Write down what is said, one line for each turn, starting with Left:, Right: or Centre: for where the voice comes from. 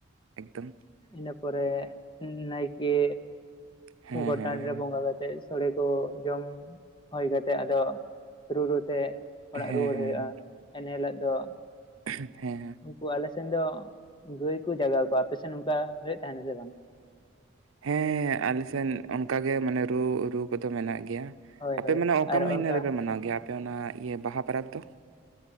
Right: ᱮᱠᱫᱚᱢ᱾
Left: ᱤᱱᱟ ᱯᱚᱨᱮ ᱱᱟᱭᱠᱮ
Right: ᱦᱮᱸ
Left: ᱜᱚᱴ
Right: ᱦᱮᱸ
Left: ᱴᱟᱺᱰᱤ ᱨᱮ
Right: ᱦᱮᱸ
Left: ᱵᱚᱸᱜᱟᱼᱼ ᱥᱚᱲᱮ ᱠᱚ ᱡᱚᱢ ᱦᱩᱭ ᱠᱟᱛᱮ ᱟᱫᱚ ᱨᱩ ᱨᱩ ᱛᱮ ᱚᱲᱟᱜ
Right: ᱦᱮᱸ
Left: ᱨᱩᱣᱟᱹᱲ
Right: ᱦᱮᱸ
Left: ᱦᱩᱭᱩᱜᱼᱟ ᱮᱱᱦᱤᱞᱳᱜ ᱫᱚ
Right: ᱦᱮᱸ ᱦᱮᱸ᱾
Left: ᱱᱩᱠᱩ ᱟᱞᱮ ᱥᱮᱱ ᱫᱚ ᱜᱟᱹᱭ ᱠᱚ ᱡᱟᱜᱟᱣ ᱠᱚᱣᱟ ᱟᱯᱮ ᱥᱮᱱ ᱚᱱᱠᱟ ᱦᱩᱭᱩᱜ ᱛᱟᱦᱮᱸᱱᱟ ᱥᱮ ᱵᱟᱝ?
Right: ᱦᱮᱸ ᱦᱮᱸ ᱟᱞᱮᱥᱮᱱ ᱚᱱᱠᱟᱜᱮ ᱢᱟᱱᱮ ᱨᱩ ᱨᱩ ᱠᱚᱫᱚ ᱢᱮᱱᱟᱜ ᱜᱮᱭᱟ
Left: ᱦᱳᱭ
Right: ᱟᱯᱮ
Left: ᱦᱳᱭ
Right: ᱢᱟᱱᱮ ᱚᱠᱟ
Left: ᱟᱨ
Right: ᱢᱟᱹᱦᱱᱟᱹ
Left: ᱚᱱᱠᱟ
Right: ᱨᱮᱯᱮ ᱢᱟᱱᱟᱣ ᱜᱮᱭᱟ ᱟᱯᱮ ᱚᱱᱟ ᱤᱭᱟᱹ ᱵᱟᱦᱟ ᱯᱚᱨᱚᱵᱽ ᱫᱚ?